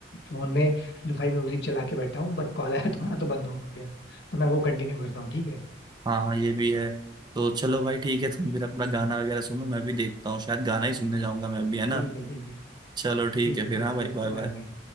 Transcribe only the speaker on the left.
फोन में लोफाई म्यूजिक चला के बैठा हूँ बट कॉल आया तुम्हारा तो बंद हो गया तो मैं वो कंटिन्यू करता हूँ ठीक है
ठीक
है
ठीक है ठीक है
ठीक
है
ठीक
है भाई
ओके
बाय बाय